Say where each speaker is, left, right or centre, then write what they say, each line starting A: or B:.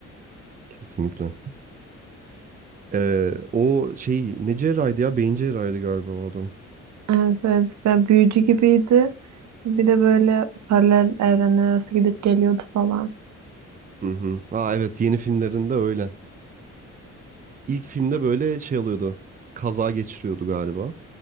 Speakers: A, on the right; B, on the right.
A: Kesinlikle. Ee, o şey ne cerrahiydi ya? Beyin cerrahiydi galiba o adam.
B: Evet, evet. Ben büyücü gibiydi. Bir de böyle paralel evrenler arası gidip geliyordu falan.
A: Hı hı. Aa evet yeni filmlerinde öyle. İlk filmde böyle şey alıyordu. Kaza geçiriyordu galiba.